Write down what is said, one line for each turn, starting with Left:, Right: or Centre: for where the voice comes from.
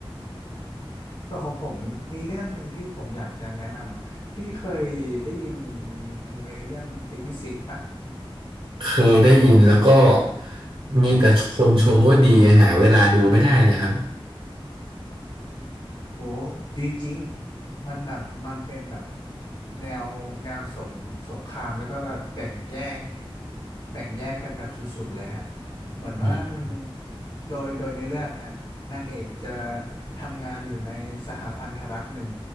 Left: อืมส่วนของผมมีเรื่องหนึ่งที่ผมอยากจะแนะนำอ่ะพี่เคยได้ยินอนิเมะเรื่องเอ็กซ์ซิกปะ
Right: เคยได้ยินแล้วก็มีแต่คนชมว่าดีหาเวลาดูไม่ได้เลยครับ
Left: โอ้ดีจริงมันแบบมันเป็นแบบแนวแนวสงสงครามแล้วก็แบบแบ่งแยกแบ่งแยกกันแบบสุดๆเลยฮะเหมือนว่ามัน
Right: อืม
Left: โดยโดยในเรื่องฮะนางเอกจะทำงานอยู่ในสหพันธรัฐหนึ่ง